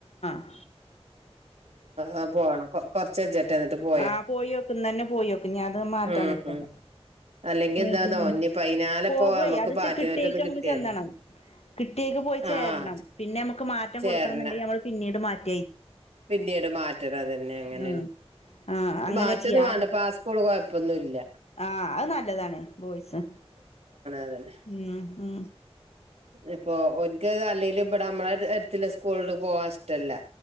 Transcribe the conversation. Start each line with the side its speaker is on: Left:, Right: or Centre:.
Left: ആഹ
Right: ആ പോണം കൊറച്ച ചേട്ട എന്ന എന്നിട്ട് പോ
Left: ആഹ പോയി വെക്കന്ന് തന്നെ പോയി വെക്കും ഞാാന അത് മാറ്റാൻ
Right: ഉം
Left: നിക്കണ്ട
Right: ഉം അല്ലെങ്കി എന്താന്നോ
Left: നട്ട
Right: ഇനിപ്പ അയിനാലെപ്പോ
Left: പോകുവായി
Right: നമ്മക്ക്
Left: അത്
Right: പാറ്റ്നോറ്റൊന്ന്
Left: കിട്ടിയേക്ക നമ്മക്ക്
Right: കിട്ടിയതാ
Left: ചെന്നണം കിട്ടിയേക്ക് പോയി ചേരണം
Right: ആഹ്
Left: പിന്നെ നമുക്ക് മാറ്റം
Right: ചേരണം
Left: കൊടുക്കണം എന്നുണ്ടെങ്കിൽ നമ്മള് പിന്നീട് മാറ്റ
Right: പിന്നീട് മാറ്റട അതന്നെ അങ്ങനെയാണ്
Left: ആഹ് ആഹ്
Right: ത്
Left: അങ്ങനെ
Right: മാറ്റൊന്നും
Left: ചെയ്യാ
Right: വേണ്ടപ്പ
Left: ആദ്യം
Right: ആ സ്കൂള് കൊഴപ്പൊന്നുമല്ല
Left: ആഹ് അത് നല്ലതാണ് ബോയ്സ്
Right: അതന്നെ
Left: ഉ ഉ
Right: ഇപ്പൊ എനിക്ക് അല്ലെങ്കും ഇവിടെ നമ്മള എടുത്തി സ്കൂള പോവാൻ ഇഷ്ടല്ല